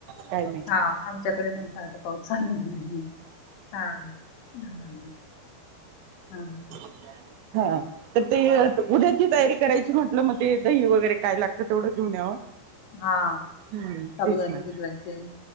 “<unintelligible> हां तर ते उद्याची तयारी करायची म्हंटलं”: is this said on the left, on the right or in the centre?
Right